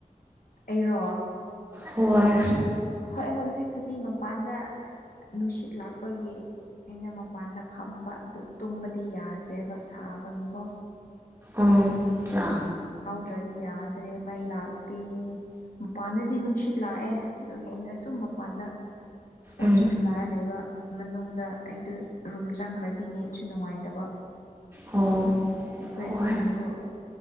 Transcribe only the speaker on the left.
ꯑꯩꯔꯣ
ꯍꯣꯏ ꯍꯧꯖꯤꯛꯄꯨꯗꯤ ꯃꯄꯥꯟꯗ ꯅꯨꯡꯁꯤꯠ ꯂꯥꯛꯄꯒꯤ ꯑꯩꯅ ꯃꯄꯥꯟꯗ ꯐꯝꯕ ꯑꯗꯨ ꯇꯨꯝꯕꯗꯤ ꯌꯥꯗ꯭ꯔꯦꯕ ꯆꯥꯕꯒꯤꯀꯣ
ꯑꯗꯨ꯭ꯔꯗꯤ ꯌꯥꯗ꯭ꯔꯦ ꯃꯩ ꯂꯥꯛꯇ ꯃꯄꯥꯟꯗꯗꯤ ꯅꯨꯡꯁꯤꯠ ꯂꯥꯛꯑꯦ ꯑꯗꯨꯒ ꯑꯩꯅ ꯁꯨꯝ ꯃꯄꯥꯟꯗ ꯐꯣꯟꯁꯨ
ꯁꯅꯥꯔ ꯂꯩꯕ ꯃꯅꯨꯡꯗ ꯑꯩꯗ ꯔꯨꯝ ꯆꯪꯈ꯭ꯔꯗꯤ ꯅꯦꯠꯁꯨ ꯅꯨꯡꯉꯥꯏꯇꯕ
ꯑꯩꯈꯣꯏ
ꯈꯨꯟꯗ